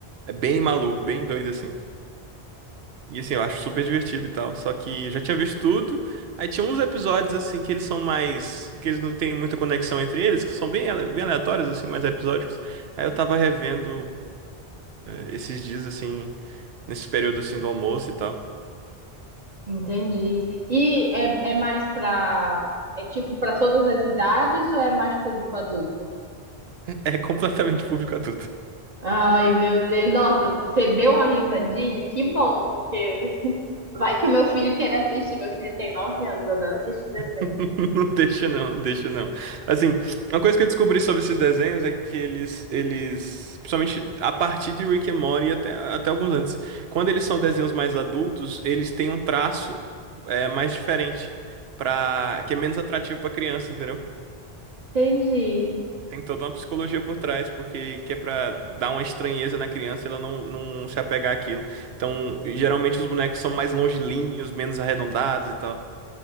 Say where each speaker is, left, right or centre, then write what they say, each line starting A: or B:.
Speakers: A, on the right; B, on the right.
A: é bem maluco, bem doido assim. E assim, eu acho super divertido e tal. Só que eu já tinha visto tudo. Aí tinha uns episódios, assim, que eles são mais. Que eles não têm muita conexão entre eles, que são bem, ale- bem aleatórios, assim, mais episódicos. Aí eu tava revendo eh, esses dias, assim, nesse período, assim, do almoço e tal. <laughs>
B: Entendi. E é, é mais para. É tipo para todas as idades ou é mais público adulto?
A: É completamente público adulto.
B: Ai, meu Deus. Nossa, você deu uma risadinha? Que bom, porque vai que o meu filho quer assistir. Meu filho tem nove anos, adora assistir desenho.
A: <laughs> Não deixa não, deixa não. Assim, uma coisa que eu descobri sobre esses desenhos é que eles, eles, principalmente a partir de Rick and Morty e até, até alguns antes, quando eles são desenhos mais adultos, eles têm um traço é, mais diferente, pra, que é menos atrativo pra criança, entendeu?
B: Entendi.
A: Tem toda uma psicologia por trás, porque que é pra dar uma estranheza na criança, e ela não, não se apegar àquilo. Então, geralmente os bonecos são mais longilíneos, menos arredondados e tal.